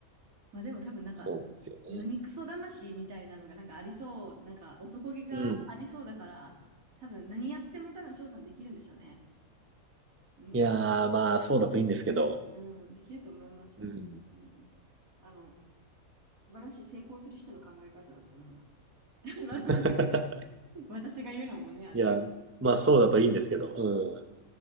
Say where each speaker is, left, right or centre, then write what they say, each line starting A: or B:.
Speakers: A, on the right (about 75°); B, on the right (about 15°).
A: まあでも多分なんか、
B: そうなんですよね。
A: 何クソ魂みたいなのがなんかありそう、なんか男気がありそうだから、
B: うん。
A: 多分何やっても多分翔さんできるんでしょうね。うん。
B: いやー、まあそうだといいんですけど。
A: うん、できると思います。
B: うん。
A: うん。あの、素晴らしい成功する人の考え方だと思います。<laughs> あの
B: <laughs>
A: 私が言うのもね、あれな
B: いや、まあそうだといいんですけど。う